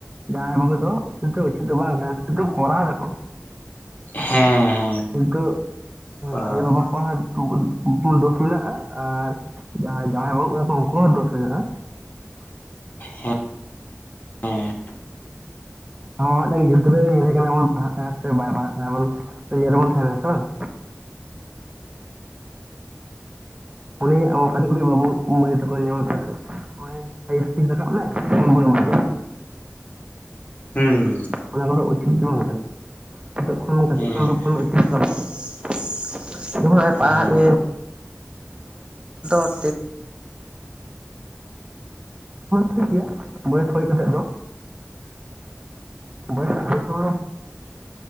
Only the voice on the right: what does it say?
ᱡᱟᱦᱟᱸᱭ ᱵᱚᱜᱮ ᱫᱚ ᱩᱪᱤᱛ ᱫᱚ ᱩᱪᱤᱛ ᱫᱚ ᱵᱟᱝᱠᱟᱱᱟ ᱠᱤᱱᱛᱩ ᱠᱚᱨᱟᱣ ᱫᱟᱠᱚ
᱾
ᱠᱤᱱᱛᱩ
ᱟᱭᱚ
ᱵᱟᱵᱟ ᱠᱚᱦᱚ ᱩᱱᱠᱩ ᱫᱚᱥ ᱢᱮᱱᱟᱜᱼᱟ ᱟᱨ ᱡᱟᱦᱟᱸᱭ ᱡᱟᱶᱟᱭ ᱵᱟᱦᱩᱜ ᱠᱟᱱᱟ ᱠᱚ ᱩᱱᱠᱩ ᱦᱚᱸ ᱫᱚᱥ ᱢᱮᱱᱟᱜᱼᱟ᱾
ᱱᱚᱜᱚᱭ ᱢᱤᱫᱴᱮᱱ ᱜᱤᱫᱽᱨᱟᱹ ᱧᱮᱞᱮ ᱠᱟᱱᱟ ᱵᱚᱱ ᱯᱟᱲᱦᱟᱜ ᱠᱟᱱᱟ ᱥᱮ ᱵᱟᱭ ᱯᱟᱲᱦᱟᱜ ᱟᱵᱚᱱ ᱤᱭᱟᱹ ᱨᱮᱵᱚᱱ ᱛᱟᱦᱮ ᱱᱟᱥᱮ ᱵᱟᱝ? ᱩᱱᱤ ᱟᱵᱚ ᱠᱟᱹᱴᱤᱡ ᱠᱟᱹᱴᱤᱡ ᱵᱟᱵᱩ ᱢᱟᱹᱭ ᱛᱟᱠ ᱦᱮᱢ ᱦᱟᱛᱟᱲ ᱠᱟᱜ ᱠᱚᱣᱟ <unintelligible> ᱛᱮ ᱨᱟᱠᱟᱵ ᱱᱟᱭ <unintelligible>
ᱚᱱᱟ ᱠᱚᱫᱚ ᱩᱪᱤᱛ ᱜᱮ ᱵᱟᱝ ᱠᱟᱱᱟ ᱾ ᱱᱤᱛᱚᱜ ᱠᱷᱚᱱ ᱠᱟᱹᱴᱤᱡ
ᱠᱷᱚᱱ ᱫᱚ
ᱠᱚᱱᱚ ᱩᱪᱤᱛ ᱫᱚ ᱵᱟᱝ ᱠᱟᱱᱟ ᱾ <unintelligible> ᱡᱮ ᱱᱚᱜᱼᱚᱭ ᱱᱮᱛᱟᱨ
ᱫᱚ <unintelligible> ᱴᱷᱤᱠ ᱜᱮᱭᱟ ᱾ ᱵᱚᱭᱮᱥ ᱦᱩᱭ ᱠᱟᱛᱮ ᱫᱚ ᱾ ᱵᱚᱭᱮᱥ ᱟᱹᱣᱨᱤ ᱠᱷᱚᱱ